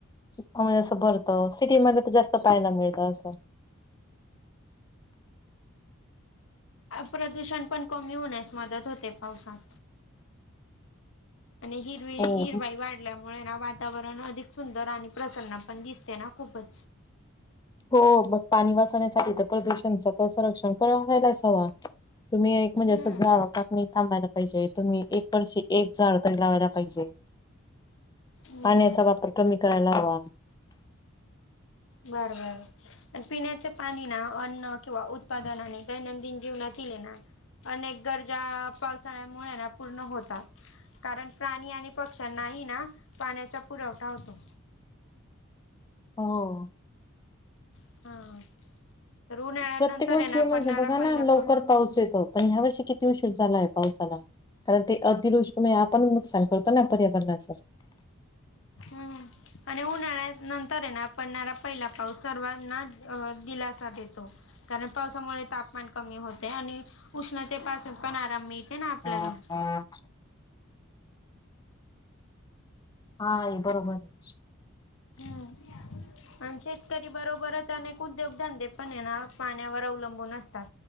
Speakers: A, on the left (about 20°); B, on the left (about 65°).
A: पूर्ण म्हणजे असं भरतं सिटीमध्ये तर जास्त पाहायला मिळतं असं
B: प्रदूषण पण कमी होण्यास मदत होते पावसात आणि ही हरवाई
A: हो.
B: वाढल्यामुळे ना वातावरण अधिक सुंदर आणि प्रसन्न पण दिसते ना खूपच
A: हो मग पाणी वाचवण्यासाठी तर प्रदूषणच तसं रक्षण क्हायला अस हवा तुम्ही एक म्हणजे
B: हम्म.
A: असं झाड कापणी थांबायला पाहिजे तुम्ही एक वर्षी एक झाड तरी लावायला पाहिजे
B: हम्म
A: पाण्याचा वापर कमी करायला हवा
B: बर, बर आणि पिण्याच्या पाणी ना अन्न किंवा उत्पादनाने दैनंदिन जीवनात केलेना अनेक गरजा पावसाळ्यामुळे ना पूर्ण होतात कारण प्राणी आणि पक्ष्यांनाही ना पाण्याचा पुरवठा होतो
A: हो
B: हा तर उन्हाळ्यानंतर
A: प्रत्येक वर्षी
B: आहे ना
A: म्हणजे
B: पडणारा
A: बघा
B: पहिला
A: ना लवकर पाऊस येतो पण ह्या वर्षी किती उशीर झालाय पावसाला कारण ते अगदी दोष्टी म आपण म सांगळतो ना पर्यावरणाच
B: हम्म आणि उन्हाळ्या नंतर ना पडणारा पहिला पाऊस सर्वांनाच अ दिलासा देतो कारण पावसामुळे तापमान कमी होते आणि उष्णतेपासून पण आराम मिळते ना आपल्याला
A: हा हा ये बरोबर आहे
B: ह आणि शेतकरी बरोबरच अनेक उद्योगधंदे पण येना पाण्यावर अवलंबून असतात